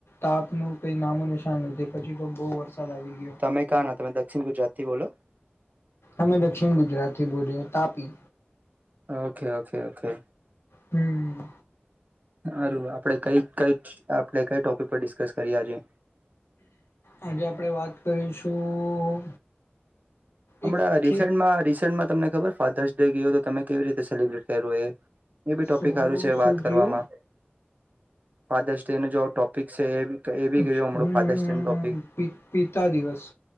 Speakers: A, on the left; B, on the right.
A: તાપનુ કઈ નામો નિશાન નથી પછી તો બહુ વરસાદ આવી ગયો
B: તમે કાં ના તમે દક્ષિણ ગુજરાતથી બોલો.
A: અમે દક્ષિણ ગુજરાતી બોલીએ તાપી.
B: Okay okay okay.
A: હમ્મ.
B: હારું આપડે કઈ કઈ આપણે કઈ ટોપિક પર ડિસ્કસ કરીએ આજે?
A: આજે આપણે વાત કરીશું
B: હમણાં
A: એક ઠીક
B: રીસેન્ડમાં રીસેન્ડમાં તમને ખબર ફાધર્સ ડે ગયો તો તમે કેવી રીતે સેલિબ્રેટ કર્યો એ? એ બી ટોપિક
A: શું
B: હારું છે
A: શું
B: વાત કરવામાં.
A: ગયો
B: ફાધર્સ ડે નો જો ટોપિક છે એ એ બી
A: હમ્મ
B: ગયો હમણાં
A: મમમ
B: ફાધર્સ ડે નો ટોપિક
A: પિતા દિવસ.